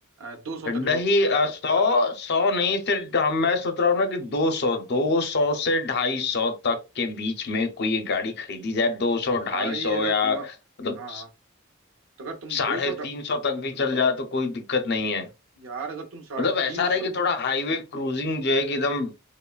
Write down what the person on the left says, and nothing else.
नहीं
अ, सौ सौ नहीं सिर्फ हम मैं सोच रहा हूँ ना कि दो सौ दो सौ से ढाई सौ तक के बीच में कोई एक गाड़ी खरीदी जाए दो सौ
ढाई सौ
या
मतलब
साढ़े
तीन सौ तक भी चल जाए तो कोई दिक्कत नहीं है
मतलब ऐसा
रहे
कि थोड़ा हाईवे क्रूजिंग जो है कि एकदम